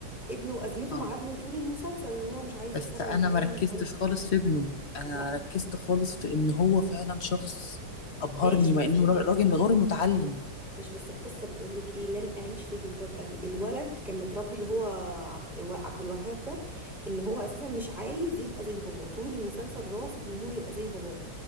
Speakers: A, in the centre; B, on the left (about 45°).
A: ابنه وازمته
B: اه
A: مع ابنه طول المسلسل ان هو مش عايز
B: بس
A: يشتغل
B: انا
A: معاه
B: ما ركزتش
A: مش عايز
B: خالص في ابنه انا
A: لا
B: ركزت خالص في ان هو فعلا شخص ابهرني
A: ماشي
B: مع
A: بس
B: انه
A: انت
B: را- راجل غير متعلم
A: مش بس القصة بتقولك ايه لن اعيش في جلباب ابي الولد كان متربي اللي هو عبد, و- عبد الوهاب ده ان هو اساسا مش عايز يبقى زي باباه طول المسلسل رافض ان هو يبقى زي باباه